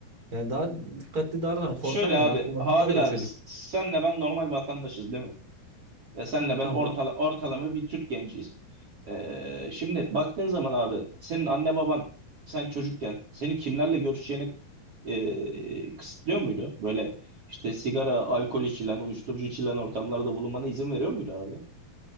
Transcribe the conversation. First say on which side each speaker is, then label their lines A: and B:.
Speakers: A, on the right; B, on the right.
A: yani daha dikkatli davranan korkar
B: Şöyle
A: yani
B: abi,
A: aklı başındadır
B: Habil
A: o çocuk.
B: abi s- senle ben normal vatandaşız değil mi? Ya senle
A: Tamam.
B: ben ortala, ortalama bir Türk genciyiz. Ee, şimdi baktığın zaman abi senin anne baban sen çocukken senin kimlerle görüşeceğini e, kısıtlıyor muydu? Böyle işte sigara, alkol içilen, uyuşturucu içilen ortamlarda bulunmana izin veriyor muydu abi?